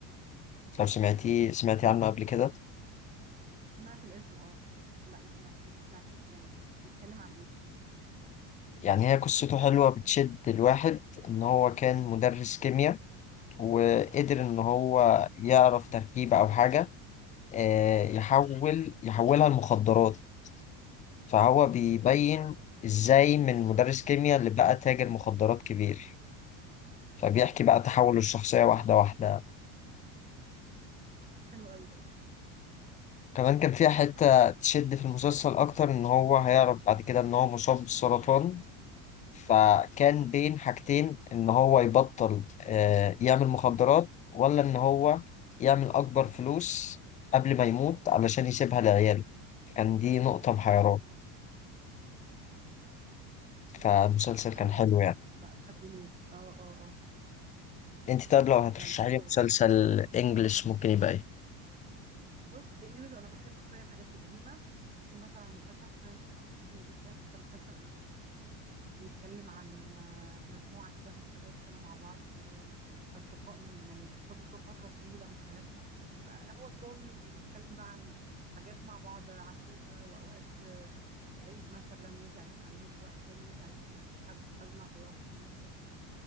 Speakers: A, on the left; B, on the right.
A: لو سمعتيه سمعتي عنه قبل كده
B: سمعت الاسم اه بس لا ما سمعت ما سمعتوش يعني هو بيتكلم عن ايه طيب
A: يعني هي قصته حلوة بتشد الواحد ان هو كان مدرس كيمياء وقدر ان هو يعرف تركيبة او حاجة آه، يحول يحولها لمخدرات فهو بيبين
B: اه
A: ازاي من مدرس كيمياء اللي بقى تاجر مخدرات كبير فبيحكي بقى تحوله الشخصية واحدة واحدة
B: حلو قوي ده
A: كمان كان فيها حتة تشد في المسلسل أكتر إن هو هيعرف بعد كده إن هو مصاب بالسرطان فكان بين حاجتين إن هو يبطل آه، يعمل مخدرات ولا إن هو يعمل أكبر فلوس قبل ما يموت علشان يسيبها لعياله كان دي نقطة محيراه
B: اه
A: فالمسلسل
B: حلو
A: كان حلو
B: ده
A: يعني
B: لا شدني اه اه اه
A: أنت طيب لو هترشحي
B: لا ان شاء
A: لي
B: الله
A: مسلسل
B: قريب
A: إنجلش ممكن يبقى إيه؟
B: بص انجليش انا بحب شويه الحاجات القديمه في مثلا مسلسل فريندز حلو جدا ده مسلسل امريكي بيتكلم عن آه، مجموعة كده من شباب كانوا مع بعض آه، أصدقاء من يعني فضلوا فترة طويلة من حياتهم آه، هو درامي وبيتكلم بقى عن حاجات مع بعض عاشوها وأوقات آه، عيد مثلا يجي عليهم عيد وقت تاني يجي عليهم يكون حد في أزمة فيقفوا كلهم جنبه